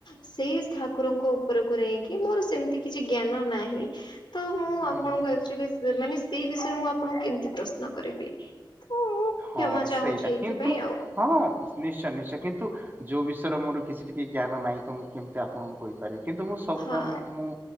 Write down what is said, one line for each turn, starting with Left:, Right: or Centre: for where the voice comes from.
Left: ସେଇ ଠାକୁରଙ୍କ ଉପରକୁ ନେଇକି ମୋର ସେମିତି କିଛି ଜ୍ଞାନ ନାହିଁ। ତ ମୁଁ
Right: ହଁ
Left: ଆପଣଙ୍କୁ
Right: ହଁ ହଁ।
Left: ଆକ୍ଚୁଆଲି ମାନେ ସେଇ ବିଷୟରେ ମୁଁ ଆପଣଙ୍କୁ କେମତି ପ୍ରଶ୍ନ କରିବି। ଉଁଉଁ
Right: ହଁ
Left: କ୍ଷମା ଚାହୁଁଛି
Right: ସେଇଟା
Left: ଏଇଥିପାଇଁ
Right: କିନ୍ତୁ
Left: ଆଉ।
Right: ହଁ ନିଶ୍ଚୟ ନିଶ୍ଚୟ କିନ୍ତୁ ଯୋଉ ବିଷୟରେ ମୋର କିଛି ଟିକେ ଜ୍ଞାନ ନାହିଁ ତ ମୁଁ କେମିତି ଆପଣଙ୍କୁ କହିବି। ରିବି କିନ୍ତୁ ମୁଁ ସବୁ
Left: ହଁ
Right: ଧର୍ମକୁ ମୁଁ